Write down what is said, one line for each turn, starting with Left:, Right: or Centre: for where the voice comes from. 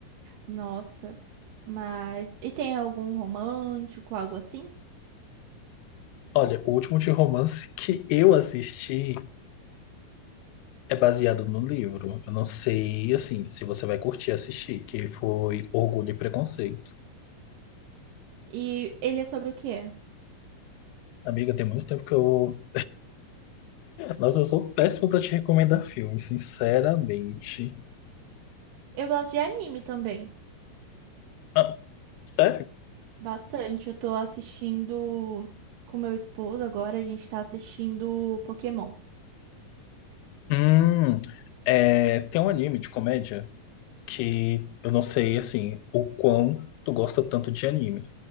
Right: Nossa, mas. E tem algum romântico, algo assim?
Left: Olha, o último de romance <laughs> que eu assisti é baseado no livro. Eu não sei, assim, se você vai curtir assistir, que foi Orgulho e Preconceito.
Right: E ele é sobre o quê?
Left: Amiga, tem muito tempo que eu. Nossa, eu sou péssimo pra te recomendar filme, sinceramente.
Right: Eu gosto de anime também.
Left: Ah, sério?
Right: Bastante. Eu tô assistindo com meu esposo agora, a gente tá assistindo Pokémon
Left: Hum, é, tem um anime de comédia que eu não sei, assim, o quão tu gosta tanto de anime.